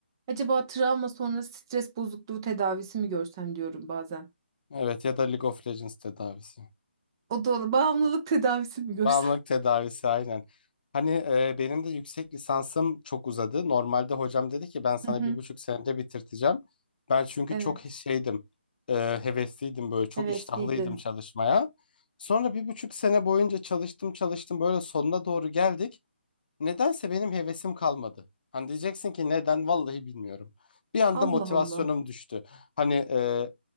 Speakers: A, on the right (about 20°); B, on the left (about 50°).
A: Acaba travma sonrası stres bozukluğu tedavisi mi görsem diyorum bazen.
B: Evet ya da League of Legends tedavisi.
A: O da olur. Bağımlılık tedavisi mi görsem?
B: Bağımlılık tedavisi aynen. Hani e, benim de yüksek lisansım çok uzadı. Normalde hocam dedi ki ben sana
A: Hı hı.
B: bir buçuk senede bitirteceğim. Ben çünkü
A: Evet.
B: çok şeydim, e, hevesliydim böyle çok
A: Hevesliydin.
B: iştahlıydım çalışmaya. Sonra bir buçuk sene boyunca çalıştım çalıştım böyle sonuna doğru geldik. Nedense benim hevesim kalmadı. Hani diyeceksin ki neden? Vallahi bilmiyorum. Bir anda
A: Allah
B: motivasyonum
A: Allah.
B: düştü. Hani e,